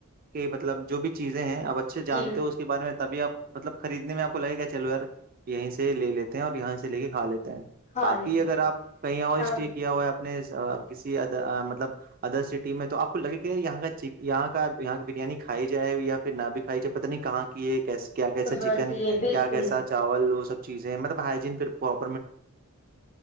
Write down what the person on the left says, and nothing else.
جی
ہاں
لیکن
ہاں
کہاں
کی
ہے بالکل